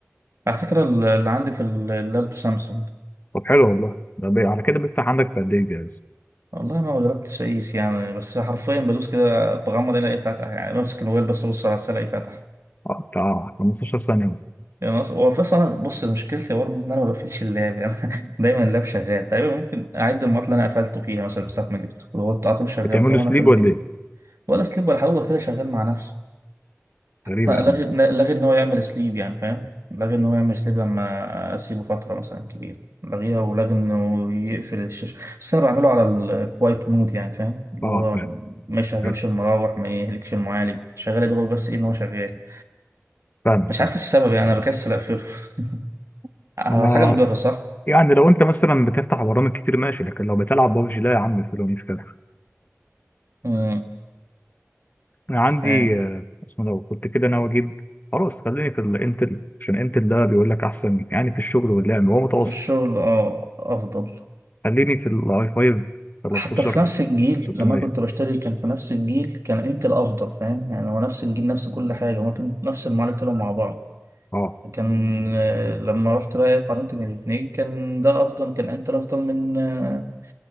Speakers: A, on the right (about 70°); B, on the left (about 35°).
A: على فكرة ال- اللي عندي في ال- اللاب سامسونج
B: طب حلو والله ده بي... على كده بيفتح عندك في قد ايه الجهاز؟
A: والله ما جربتش اقيس يعني بس حرفيا بدوس كده بغمض الاقي فاتح يعني بمسك الموبايل بس ابص على الرسالة الاقي فاتح
B: اه بتاع 15 ثانيه مثلا
A: يعني أص- هو في اصلا أنا- بص مشكلتي برضه ان انا ما بقفلش اللاب يعني <laughs> دايما اللاب شغال تقريبا ممكن اعد المعطل اللي انا قفلته فيها مثلا من ساعة ما جبته وهو على طول شغال
B: بتعمل
A: طالما
B: له سليب
A: انا في البيت
B: ولا ايه؟
A: ولا سليب ولا حاجة هو كده شغال مع نفسه
B: غريبه
A: فلغي
B: يا عم
A: لغي
B: ده.
A: ان هو يعمل سليب يعني فاهم لغي ان هو يعمل سليب لما اسيبه فتره مثلا كبيره لغيها ولغي انه يقفل الشاشه بس انا بعمله على الكوايت مود يعني فاهم اللي
B: اه
A: هو
B: فاهم
A: ما يشغلش
B: فاهم
A: المراوح ما يهلكش المعالج شغال يا دوبك بس ايه ان هو شغال
B: فاهم
A: مش
B: تمام
A: عارف السبب يعني انا بكسل اقفله <laughs> آه،
B: انا
A: حاجه مضره صح
B: يعني لو انت مثلا بتفتح برامج كتير ماشي لكن لو بتلعب ببجي لا يا عم في مشكله
A: امم
B: انا عندي
A: تمام
B: آه، اسمه لو كنت كده ناوي اجيب خلاص خليني في الانتل عشان انتل ده بيقول لك احسن يعني في الشغل واللعب هو متوسط
A: في الشغل اه افضل
B: خليني في الاي 5 13
A: حتى في نفس الجيل
B: 600
A: لما كنت بشتري كان في نفس الجيل كان انت الافضل فاهم يعني هو نفس الجيل نفس كل حاجه ممكن نفس المعالج طلعوا مع بعض
B: اه
A: كان آه، لما رحت بقى إيه، قارنت بين الاتنين كان ده افضل كان انتل افضل من آه،